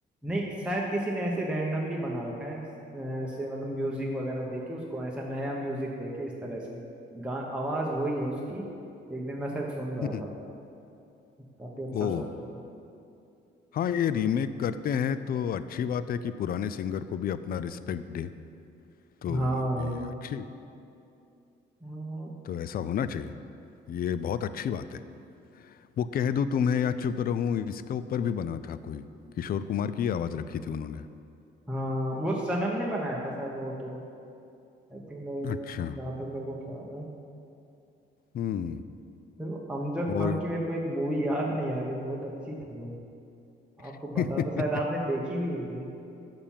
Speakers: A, in the centre; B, on the left.
A: नहीं शायद किसी ने ऐसे रैंडमली बना रखा है अ, ऐसे मतलब म्यूजिक वगैरह दे के उसको ऐसा नया म्यूजिक दे के इस तरह से गा आवाज वही है उसकी एक दिन मैं शायद सुन रहा
B: हम्म
A: था काफी अच्छा
B: ओ
A: सॉन्ग है
B: हाँ ये रीमेक करते हैं तो अच्छी बात है कि पुराने सिंगर को भी अपना रिस्पेक्ट दे तो
A: हाँ वही
B: ये अच्छी
A: हाँ
B: तो ऐसा होना चाहिए ये बहुत अच्छी बात है वो कह दो तुम्हें या चुप रहूं इसके ऊपर भी बना था कोई किशोर कुमार की आवाज़ रखी थी उन्होंने
A: हाँ, वो सनम ने बनाया था शायद वो तो आई थिंक मेरे
B: अच्छा
A: जहाँ तक मेरे को ख्याल है
B: हम्म
A: फिर वो अमजद
B: और
A: खान की मेरे को एक मूवी याद नहीं आ रही बहुत अच्छी थी वो आपको
B: <laughs>
A: पता था शायद आपने देखी भी होगी